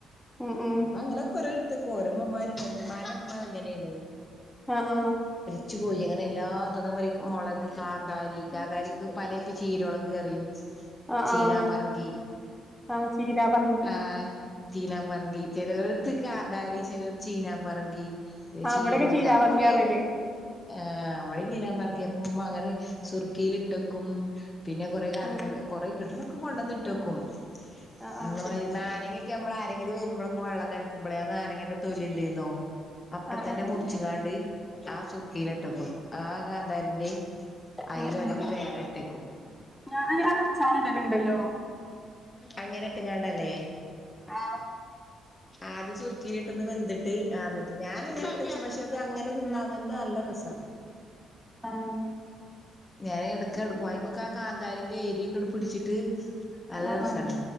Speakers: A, in the centre; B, on the left.
A: ഉം ഉം
B: അപ്പൊ അങ്ങനെ കൊറെ ഇടുത്തക്കും ഓരോമ്മമ്മാരുണ്ടാ ഉമ്മാൻ്റെ ഉമ്മ അങ്ങനേർന്നു
A: ആഹ്
B: ച്ച് പോയി അങ്ങനെ എല്ലാത് ന്നും മാരിയക്ക് ഒരു മുളക് കാന്താരി കാന്താരിക്ക് പല ഇപ്പ ചീരുളക് പറയും
A: ആ
B: ചീനാ
A: ആ അതെ
B: പറങ്കി
A: ആ ചീരാ പറങ്കി
B: ആഹ് ചീനാ പറങ്കി ചെല എടുത്ത് കാന്താരി ചെല ചീനാ പറങ്കി
A: ആ
B: ചീരളക്
A: ഇവിടെക്കെ ചീരാ
B: അരേ
A: പറങ്കിയാ
B: കൊറയും
A: പറയല്
B: ആ ഇവിടെ ചീനാപറങ്കി ഉമ്മങ്കട് സുർക്കേലിട്ടക്കും പിന്നെ കൊറെ കാലങ്ങള്
A: ഉം
B: കൊറെ കിട്ടണക്കെ കൊണ്ട ന്നിട്ടേക്കും
A: ആ
B: അന്ന
A: ആ
B: മാരി നാരങ്ങക്കെ നമ്മള് അ രങ്കിലും വരുമ്പോഴൊക്കെ വെള്ളം കലക്കുമ്പോളെ ആ നാരങ്ങന്റെ തൊലി ഇണ്ടേന്നോ അപ്പൊ
A: ആ
B: തന്നെ
A: ആ
B: മുറിച്ചുങ്ങാണ്ട് ആ സുർക്കേല് ഇട്ടക്കും ആ കാന്താരിൻ്റെ അയിലോ
A: ഉം ഉം
B: അല്ലെങ്കിൽ വേറെ ഇട്ടക്കും
A: ഞാന് അത് അച്ചാറിടലുണ്ടല്ലോ
B: അങ്ങനെ ഇട്ട് കാണ്ടല്ലേ
A: ആ
B: ആദ്യം സുർക്കില് ഇട്ടൊന്ന് വെന്ത്ട്ട് ആന്നിട്ട് ഞാന അങ്ങനെ ഇട്ടച്ച് പക്ഷെ അത് അങ്ങനെ തിന്നാന്നെന്നെ നല്ല രസ സാ
A: ആഹ്
B: ഞാന് എടക്ക് എടുക്കും അയ്മക്ക് ആ കാന്താരിന്റെ എരി ക്കെട് പിടിച്ചിട്ട് നല്ല
A: ആ
B: രസാണ്
A: ആ